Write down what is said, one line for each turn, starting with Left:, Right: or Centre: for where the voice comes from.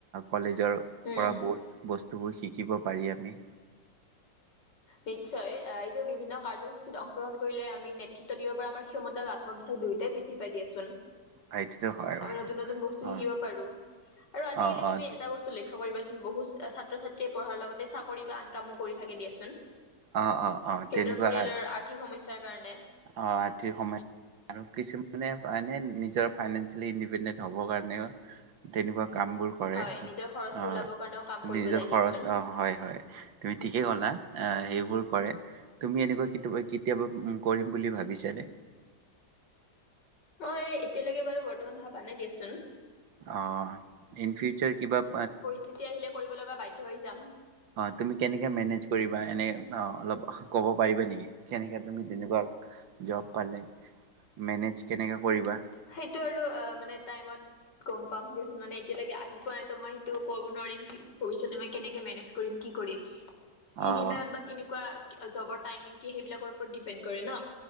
Right: কলেজৰ
Left: উম
Right: পৰা বহুত বস্তুবোৰ শিকিব পাৰি আমি।
Left: নিশ্চয় বিভিন্ন কাৰ্যসূচীত অংশগ্ৰহ কৰিলে আমি নেতৃত্ব দিব পৰা আমাৰ ক্ষমতা আৰু আত্মবিশ্বাস দুয়োটাই বৃদ্ধি পাই দিয়াচোন।
Right: সেইটোতো হয় বাৰু
Left: আমি নতুন, নতুন বস্তু
Right: অ
Left: শিকিব পাৰোঁ আৰু আজিকালি
Right: অ অ
Left: তুমি এটা বস্তু লক্ষ্য কৰিবাচোন বহুত ছাত্ৰ ছাত্ৰীয়ে পঢ়াৰ লগতে চাকৰি বা আন কামো কৰি থাকে দিয়াচোন।
Right: অ অ অ
Left: সিহঁতৰ
Right: তেনেকুৱা
Left: পৰিয়ালৰ আৰ্থিক সমস্যাৰ কাৰণে।
Right: অ', আৰ্থিক সমস্যা আৰু কিছুমানে মানে নিজৰ ফাইনেঞ্চিয়েলি ইণ্ডিপেনডেন্ট হ'বৰ কাৰণেও তেনেকুৱা কাম বোৰ কৰে
Left: হয় নিজৰ খৰচটো
Right: আহ
Left: ওলাবৰ কাৰণেও কাম কৰিব
Right: নিজৰ
Left: যায় দিয়াচোন
Right: খৰচ অ', হয়, হয় তুমি ঠিকেই ক'লা সেইবোৰ কৰে তুমি এনেকুৱা কেতিয়াবা, কেতিয়াবা কৰিম বুলি ভাবিছা নে?
Left: মই এতিয়ালৈকে বাৰু বৰ্তমান ভাৱ নাই দিয়াচোন।
Right: অ', ইন ফিউচাৰ কিবা
Left: স্থিতি আহিলে কৰিব লগা বাধ্য হৈ যাম।
Right: অ', তুমি কেনেকে মেনেজ কৰিবা এনে অ', অলপ ক'ব পাৰিবা নেকি। কেনেকে তুমি তেনেকুৱা জব পালে মেনেজ কেনেকে কৰিবা?
Left: সেইটো আৰু অ', মানে টাইমত গম পাম দিয়চোন মানে এতিয়ালৈকে আহি এতিয়া লৈ আহি পোৱা নাইতো মই সেইটো ক'ব নোৱাৰিম ভৱিষ্যতে মই কেনেকে মেনেজ কৰিম কি কৰিম। সেইখিনি
Right: অ'
Left: টাইমত বা কেনেকুৱা জবৰ টাইমিং কি সেইবিলাকৰ ওপৰত ডিপেণ্ড কৰে ন।